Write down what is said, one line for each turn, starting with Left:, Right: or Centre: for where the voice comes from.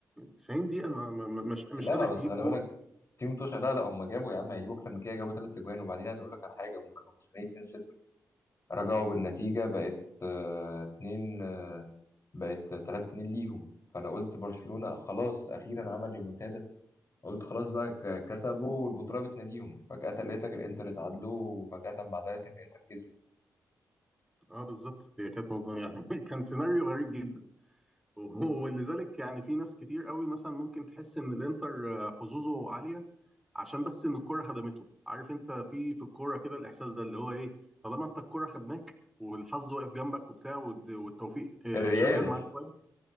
Centre: 90 دقيقه ما ما ما- مش مش
Left: لا
Centre: قادر
Left: بس
Centre: تجيب
Left: خلي
Centre: جون
Left: بالك في متوشة لا لا هم جابوا يا عم هيجيبوا اكتر من كده جابوا ثلاث اجوان وبعدين عايز اقول لك على حاجه هم كانوا خسرانين 2-0 رجعوا بالنتيجه بقت 2 بقت 3-2 ليهم فانا قلت برشلونه خلاص اخيرا عمل ريمونتادا قلت خلاص بقى ك- كسبوا والبطوله بتناديهم فجاه لقيتك الانتر اتعادلوا وفجاه بعدها لقيتك الانتر كسب
Centre: اه بالظبط هي كانت مو- يعني <laughs> كان سيناريو غريب جدا ولذلك يعني في ناس كتير قوي مثلا ممكن تحس ان الانتر آه، حظوظه عاليه عشان بس ان الكره خدمته عارف انت في في الكوره كده الاحساس ده اللي هو ايه طالما انت الكره خدماك والحظ واقف جنبك وبتاع والد- والتوفيق آه،
Left: الريال
Centre: شغال معاك كويس